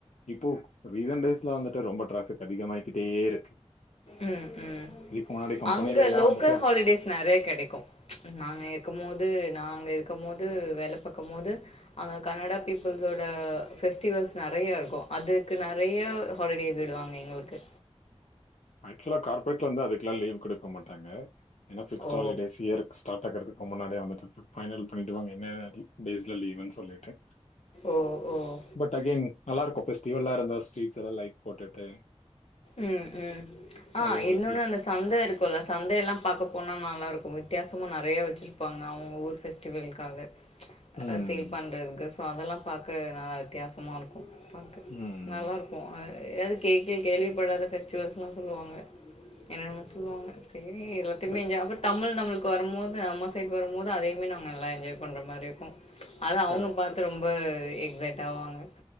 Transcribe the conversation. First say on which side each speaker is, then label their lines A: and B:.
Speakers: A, on the left; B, on the left.
A: இப்போ ரீசன்ட் டேஸ்ல வந்துட்டு ரொம்ப டிராபிக் அதிகமாயிக்கிட்டே இருக்கு
B: ம் ம்
A: இதுக்கு முன்னாடி கம்பெனில
B: அங்க
A: எல்லாம்
B: லோக்கல்
A: வந்துட்டு
B: ஹாலிடேஸ் நெறைய கிடைக்கு நாங்க இருக்கு போது நா அங்க இருக்கும் போது வேல பார்க்கும் போது அங்க கனடா பீப்புள்ஸோட பெஃஸ்டிவல்ஸ் நெறைய இருக்கு அதுக்கு நெறைய ஹாலிடேஸ் விடுவாங்க எங்குளுக்கு
A: ஆக்சுவலா கார்பரேட் வந்து அதுக்குலா லீவ் குடுக்க மாட்டாங்க ஏன்னா பிக்ஸ்ட்டு
B: ஓ
A: ஹாலிடேஸ் இயரு ஸ்சாட் ஆக்கறதுக்கு முன்னாடியே வந்துட்டு இருப்ப பைனல் பண்ணிட்டு வாங்க என்ன டேஸ்ல லீவுன் சொல்லிட்டு
B: ஓ ஓ
A: பட் அகெயன் நல்லா இருக்கும் ஃபெஸ்டீவலா இருந்தா ஸ்சீட்லலா லைட் போட்டுட்டு
B: உம் உம் ஆ
A: அதுவும் ஒரு
B: என்னோட
A: சில
B: அந்த சந்த இருக்கும்ல்ல சந்தையெல்லாம் பாக்க போனால் நல்லாக்கும் வித்தியாசும் நிறையா வெச்சுருப்பாங்க அவங்க ஊர் ஃபெஸ்டிவலக் காக
A: ம்
B: சீல் பண்றதுக்கு சோ அதெல்லாம் பாக்க நல்லா வித்தியாசமா இருக்கு பாக்க
A: ம்
B: நல்லாயிருக்கு எதாவது கேக்க கேள்விப்படாத ஃபெஸ்டிவல்ஸ்லா சொல்லுவாங்க என்னென்னமோ சொல்லுவாங்க சரி எல்லாத்தையுமே
A: கரெக்ட்
B: ஞாப தமிழ் நம்மளுக்கு வரும்போது அம்மா சைட்க்கு வரும்போது அதையமே நாங்க நல்லா என்ஜாய் பண்ற மாதிரி இருக்கு அதா அவங்க
A: கரெக்ட்
B: பாத்து ரொம்ப எக்ஸைட் ஆவாங்க